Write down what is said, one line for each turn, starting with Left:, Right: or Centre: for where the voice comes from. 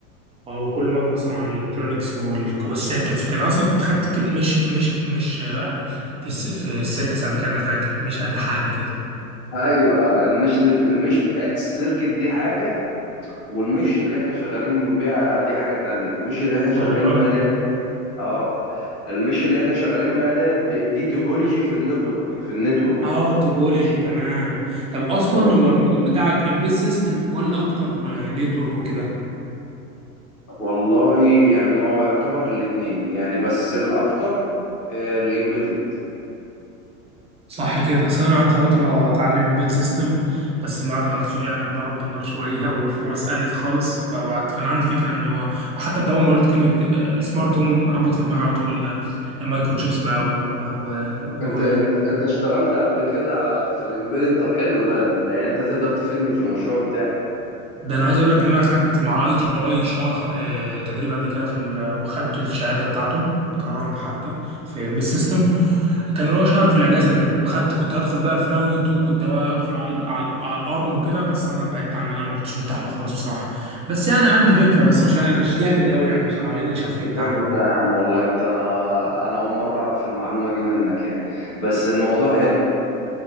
Right: او كله مبني اصلا على الالكترونكس وال- والسيركتس وكان اصلا كنت خدت كل مش مش مش آه، في الس- في السيركتس قبل كده انا فاكر مش قد حاجه كده
Left: ايوه المش نت المش بتاعت السيركت دي حاجه والمش اللي احنا شغالين بيها دي حاجة تانية المش اللي احنا شغالين
Right: والله
Left: بيها ديت اه المش اللي احنا شغالين بيها ديت دي, دي توبولوجي في النتورك في النتورك
Right: اه توبولوجي تمام طب اصلا
Left: آه.
Right: هو الموضوع بتاعك امبيد سيستم ولا اكتر نتورك وكده
Left: والله يعني هو يعتبر الاتنين يعني بس الاكتر آه الامبيدد
Right: صح كده اصل انا قعدت فتره اتعلم امبيد سيستم بس من بعد ما السوق يعني اتضرب بالنار شويه <laughs> والفرص قلت خالص فبعد فانا عندي فكره ان هو حتى انت اول ما قلت كلمه سمارت هوم ربط في دماغي على طول مايكرو تشيبس بقى و... و...
Left: انت انت انت اشتغلت قبل كده في الامبيدد طب حلو ده انت يعني انت تقدر تفيدني في المشروع بتاعي
Right: ده انا عايز اقول لك ان انا خدت مع اي تي اي شهر آه، تدريب قبل كده في ال... وخدت الشهاده بتاعته اتكرمت حتى في ام سيستم كان هو شهر في الاجازه كده وخدت كنت هدخل بقى في راوند 2 كنت هو- هدخل على على, على الارم وكده بس انا بعدت عن المجال ما كنتش مرتاح له خالص بصراحه بس يعني عندي فكره بس مش مش جامد قوي يعني بصراحه لان انا شفت
Left: جامد
Right: عنه
Left: ده يا عم والله انت انا اول مرة اعرف المعلومة دي منك يعني بس الموضوع حلو